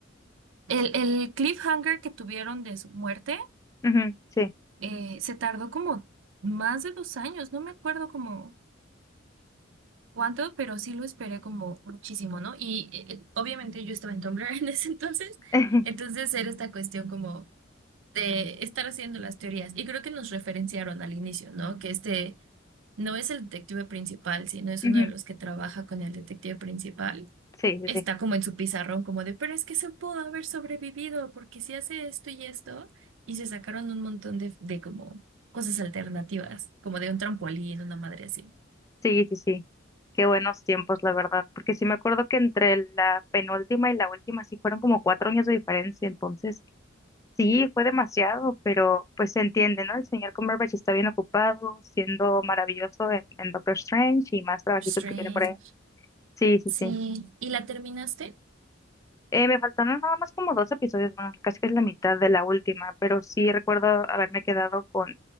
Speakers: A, on the right; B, on the left.
A: El, el cliffhanger que tuvieron de su muerte
B: ujú, sí,
A: eh, se tardó como más de dos años, no me acuerdo como cuánto, pero sí lo esperé como muchísimo, ¿no? Y eh, eh, obviamente yo estaba en Tumblr <laughs> en ese entonces,
B: <laughs>
A: entonces era esta cuestión como de estar haciendo las teorías. Y creo que nos referenciaron al inicio, ¿no? Que este no es el detective principal, sino es
B: ujú,
A: uno de los que trabaja con el detective principal.
B: sí, sí,
A: está
B: sí,
A: como en su pizarrón, como de, pero es que se pudo haber sobrevivido, porque si hace esto y esto, y se sacaron un montón de, de como cosas alternativas, como de un trampolín, una madre así.
B: sí, sí, sí. Qué buenos tiempos, la verdad, porque sí me acuerdo que entre la penúltima y la última sí fueron como cuatro años de diferencia, entonces Sí, fue demasiado, pero pues se entiende, ¿no? El señor Cumberbatch está bien ocupado, siendo maravilloso en, en Doctor Strange y más trabajitos
A: Strange.
B: que tiene por ahí. Sí, sí,
A: Sí,
B: sí.
A: ¿Y la terminaste?
B: Eh, me faltaron nada más como dos episodios, bueno, casi que es la mitad de la última, pero sí recuerdo haberme quedado con,